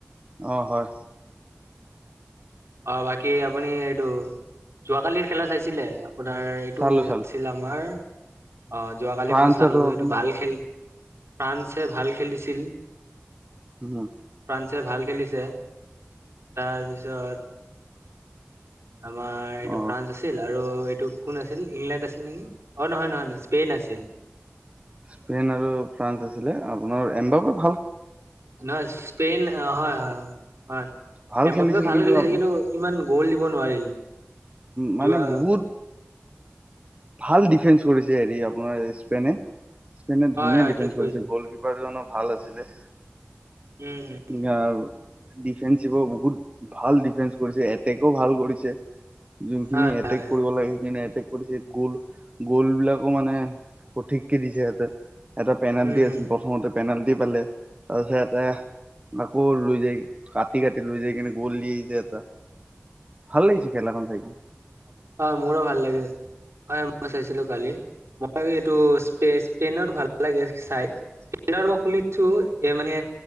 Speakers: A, on the right; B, on the right.
A: অ হয়।
B: অ বাকী আপুনি এইটো যোৱা কালিৰ খেলা চাইছিলে, আপোনাৰ -
A: চালো
B: টো
A: চালো
B: আছিল আমাৰ অ যোৱাকালি
A: ফ্ৰান্স
B: মই চালো
A: আৰু আপোনাৰ
B: এইটো ভাল খেল - ফ্ৰান্সে ভাল খেলিছিল -
A: উম।
B: ফ্ৰান্সে ভাল খেলিছে তাৰপিছত আমাৰ এইটো
A: অ
B: ফ্ৰান্স আছিল আৰু এইটো কোন আছিল ইংলেণ্ড আছিল নেকি অ নহয় নহয় নহয় স্পেইন আছিল।
A: স্পেইন আৰু ফ্ৰান্স আছিলে আপোনাৰ এম্বাবাও
B: নহয় স্পেইন অ হয় হয় হয়
A: ভাল
B: এম
A: খেলিছিল
B: বাপে ভাল খেলিছে
A: আপ
B: কিন্তু ইমান গোল দিব নোৱাৰিল।
A: মানে
B: যোৱা
A: বহুত ভাল ডিফেন্স কৰিছে হেৰি আপোনাৰ স্পেইনে স্পেইনে ধুনীয়া
B: হয় হয়
A: ডিফেন্স
B: ঠিক কৈছে
A: কৰিছে গোল। কিপাৰজনো ভাল আছিলে।
B: উম উম
A: গা আৰু ডিফেন্সিভৰ বহুত ভাল ডিফেন্স কৰিছে এটেকো ভাল কৰিছে। যোনখিনি
B: হয়
A: এটেক
B: হয়
A: কৰিব লাগে সেইখিনি এটেক কৰিছে। গোল গোল বিলাকো মানে সঠিককে দিছে সিহঁতে এটা পেনাল্টি
B: উম হম
A: আছিল প্ৰথমতে পেনাল্টি পালে তাৰপিছত এটা আকৌ লৈ যায় কাটি কাটি লৈ যাই কিনে গোল দিয়ে যে এটা ভাল লাগিছে খেলাখন চাইকিনে
B: হয় মোৰো ভাল লাগিছে হয় মই চাইছিলো কালি। মই এইটো স্পে স্পেইনৰ ভাল লাগে চাই। <unintelligible> খুলিছো এ মানে